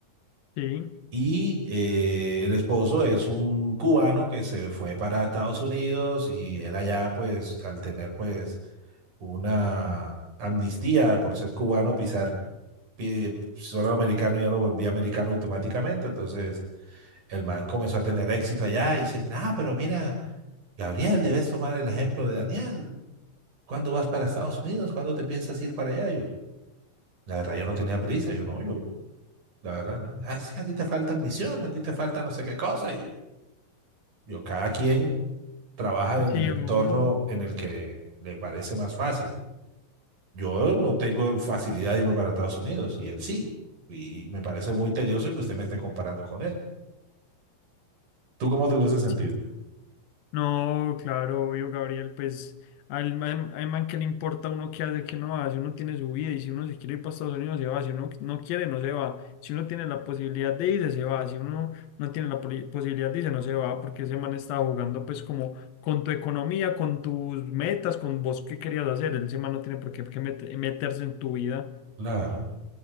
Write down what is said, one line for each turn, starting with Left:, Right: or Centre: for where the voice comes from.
Left: sí,
Right: Y eh, el esposo es un cubano que se fue para Estados Unidos y él allá, pues, al tener, pues, una amnistía por ser cubano, pisar pie, suelo americano, ya lo volvía americano automáticamente. Entonces, el man comenzó a tener éxito allá y dice, ah, pero mira, Gabriel, debes tomar el ejemplo de Daniel. ¿Cuándo vas para Estados Unidos? ¿Cuándo te piensas ir para allá? Y Yo, la verdad, yo no tenía prisa, yo no, yo, la verdad, no. Ah, es que a ti te falta ambición, a ti te falta no sé qué cosa. Y yo, Yo, cada quien trabaja en
Left: sí,
Right: el entorno
Left: obvio.
Right: en el que le parece más fácil. Yo no tengo facilidad de irme para Estados Unidos y él sí. Y me parece muy tedioso que usted me esté comparando con él. ¿Tú cómo te hubiese sentido?
Left: Sí. No, claro, obvio, Gabriel, pues al man, al man que le importa a uno qué hace, qué no hace, uno tiene su vida y si uno se quiere ir para Estados Unidos se va, si uno no quiere no se va, si uno tiene la posibilidad de irse se va, si uno no tiene la poli- posibilidad de irse no se va, porque ese man estaba jugando pues como con tu economía, con tus metas, con vos qué querías hacer, ese man no tiene por qué, qué mete- meterse en tu vida,
Right: Claro.